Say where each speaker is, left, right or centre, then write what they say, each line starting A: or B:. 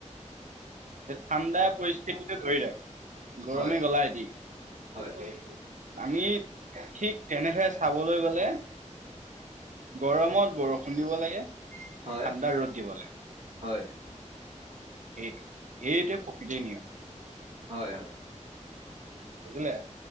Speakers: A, on the right (about 80°); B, on the right (about 60°).
A: ঠাণ্ডা পৰিস্থিতিটো ধৰি ৰাখে। গৰমে
B: হয়
A: গলাই দিয়ে
B: হয়
A: আমি ঠিক তেনেদৰে চাবলৈ গলে গৰমত বৰষুণ খুন্দিব লাগে ঠাণ্ডা
B: হয়
A: ৰ'দ দিব লাগে।
B: হয়।
A: এইটো এইটোৱ প্ৰকৃতিৰ নিয়ম।
B: হয়, হয়।
A: বুজিলে।